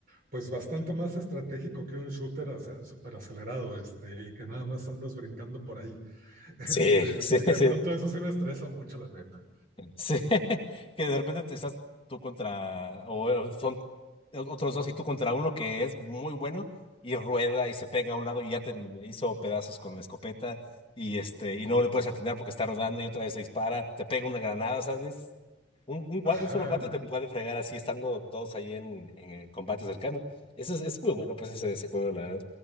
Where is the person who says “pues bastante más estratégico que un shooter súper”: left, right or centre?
Right